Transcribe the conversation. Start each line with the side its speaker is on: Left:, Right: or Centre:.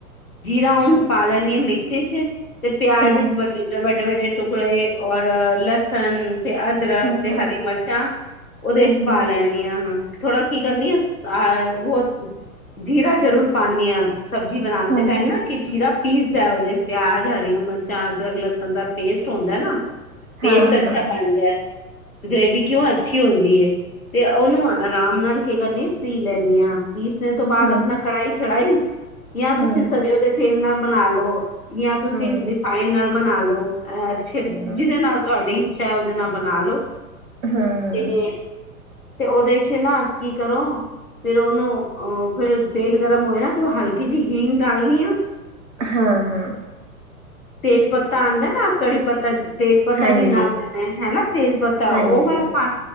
Left: ਜੀਰਾ ਹੁਨ ਪਾ ਲੈਨੀ ਆ ਮਿਕਸੀ ਚ। ਤੇ ਪਿਆਜ
Right: ਹਾਂ
Left: ਵਿਚ ਵਡ ਵੱਡੇ ਵੱਡੇ ਟੁਕੜੇ ਔਰ ਲਸਨ ਤੇ ਅਦ ਅਦਰਕ
Right: ਹਾਂ
Left: ਤੇ
Right: ਹਾਂ
Left: ਹਰੀ ਮਿਰਚਾਂ ਓਹਦੇ
Right: ਹਾਂਜੀ
Left: ਚ ਪਾ ਲੈਨ। ਪਾ ਨੀ ਆ ਹਾ ਥੋੜਾ ਕੀ ਕਰਨੀ ਆ ਅ ਬਹੁ ਜੀਰਾ ਜਰੂਰ ਪਾਨੀ ਆ। ਸਬਜੀ ਬਨਾਂਦੇ
Right: ਹਮ
Left: ਦੇ ਟਾਈਮ
Right: ਹਮ
Left: ਨਾ। ਕਿ ਜੀਰਾ ਪੀਸਦਾ ਓਹਦੇ ਚ ਪਿਆਜ ਹਰੀਆਂ, ਮਿਰਚਾਂ, ਅਦਰਕ, ਲਸਨ ਦਾ ਪੇਸਟ ਹੁੰਦਾ ਏ ਨਾ। ਪੇਸਟ
Right: ਹਾਂ
Left: ਅੱਛਾ
Right: ਹਾਂ
Left: ਬਨ ਜਾਏ। ਗਰੇਵੀ ਕੇਓ ਅੱਛੀ ਹੁੰਦੀ ਏ, ਤੇ ਓਨੂੰ ਆਰਾਮ ਨਾਲ ਕੀ ਕਰਨੀ ਏ ਪੀ ਲੈਨੀ ਆ ਪੀਸਨੇ ਤੋਂ ਬਾਦ
Right: ਹਮ
Left: ਅਪਨਾ ਕੜਾਈ ਚੜਾਈ। ਯਾ
Right: ਹਮ
Left: ਤੁਸੀਂ ਸਰਯੋ ਦੇ ਤੇਲ ਨਾਲ ਬਨਾ ਲੌ ਯਾ ਤੁਸੀਂ
Right: ਹਾਂ
Left: ਰਿਫਾਇੰਡ ਨਾਲ ਬਨਾ ਲੌ। ਅੱਛੇ
Right: ਹਮ
Left: ਜਿਦੇ ਨਾਲ ਤੁਹਾਡੀ ਇੱਛਾ ਐ ਓਦੇ ਨਾਲ ਬਨਾ ਲੋ
Right: ਹਾਂ
Left: ਤੇ ਤੇ ਓਦੇ ਚ ਨਾ ਕੀ ਕਰੋ ਫੇਰ ਓਨੂੰ ਅ ਫੇਰ ਤੇਲ ਗਰਮ ਹੋਯਾ ਤੋ ਹਲਕੀ ਜੀ ਹੀਂਗ ਡਾਲਨੀ ਆ।
Right: ਹਾਂ ਹਾਂ।
Left: ਤੇਜ ਪੱਤਾ ਆਂਦਾ ਨਾ ਕੜੀ ਪੱਤਾ ਤੇਜ ਪਤਾ
Right: ਹਾਂਜੀ
Left: ਜੀ ਨਾਪ ਦੇ ਨੇ ਹੈਨਾ ਤੇਜ ਪੱਤਾ
Right: ਹਾਂਜੀ
Left: ਓ ਵਾਲਾ ਪਾਨ